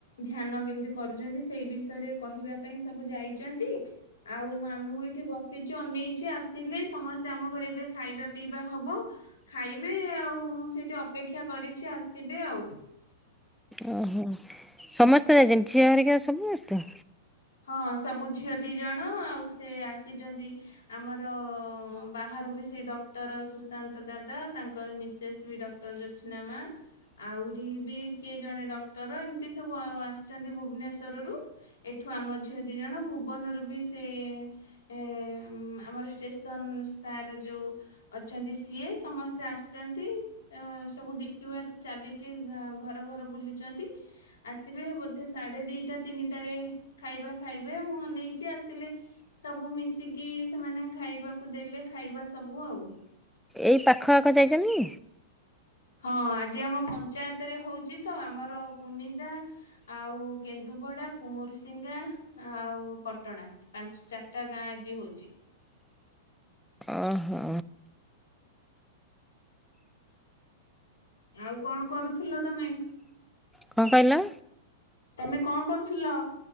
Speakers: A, on the left (about 75°); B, in the centre.
A: ଧ୍ୟାନ କେମିତି କରୁଛନ୍ତି, ସେଇ ବିଷୟ ରେ କହିବା ପାଇଁ ସବୁ ଯାଇଛନ୍ତି। ଆଉ ଆ ମୁଁ ଏଇଠି ବସିଚି ଅନେଇଚି ଆସିଲେ ସମସ୍ତେ ଆମ ଘରେ ଏବେ ଖାଇବା ପିଇବା ହବ। ଖାଇବି ଆଉ ମୁଁ ସେଇଠି ଅପେକ୍ଷା କରିଚି ଆସିବେ ଆଉ-
B: ଓହୋ ସମସ୍ତେ ଯାଇଛନ୍ତି ଝିଅହେରିକା ସମସ୍ତେ-
A: ହଁ ସବୁ ଝିଅ ଦିଜଣ ଆଉ ସେ ଆସିଛନ୍ତି। ଆମର ବାହାରୁ ବି ସେ ଡକ୍ଟର ସୁଶାନ୍ତ ଦାଦା ତାଙ୍କର ମିସେସ୍ ବି ଡକ୍- ଟର୍ ଯୋସ୍ନା ମା। ଆଉରି ବି କିଏ ଜଣେ ଡକ୍ଟର ଏମିତି ସବୁ ଅ ଆସିଛନ୍ତି ଭୁବନେଶ୍ଵରରୁୁ। ଏଠୁ ଆମ ଝିଅ ଦି ଜଣ ଭୁବନରୁ ବି ସିଏ ଏ ମ୍ ଆମର ଷ୍ଟେସନ ସାର୍ ଯୋଉ- ଅଛନ୍ତି ସିଏ ସମସ୍ତେ ଆସିଛନ୍ତି। ଅଁ ସବୁ ଡିପି ୱାର୍କ ଚାଲିଚି ଘ ଘର ଘର ବୁଲୁଛନ୍ତି। ଆସିବେ ବୋଧେ ସାଢ଼େ ଦିଟା ତିନିଟାରେ ଖାଇବା ଖାଇବେ ମୁଁ ଅନେଇଚି ଆସିଲେ ସବୁ ମିଶିକି ସେମାନେ ଖାଇବାକୁ ଦେଲେ ଖାଇବା ସବୁ ଆଉ।
B: ଏଇ ପାଖ ଆଖ ଯାଇଛନ୍ତି?
A: ହଁ ଆଜି ଆମ ପଞ୍ଚାୟତରେ ହଉଛି ତ ଆମର କୁନିଦା- ଆଉ କେନ୍ଦୁପଡା, କୁମୁରିସିଙ୍ଗା ଆଉ ପଟଣା। ପାଞ୍ଚ୍ ଚାରଟା ଗାଁ ଆଜି ହଉଚି।
B: ଓ ହୋ।
A: ଆଉ କଣ କରୁଥିଲ ତମେ?
B: କଣ କହିଲ?
A: ତମେ କଣ କରୁଥିଲ?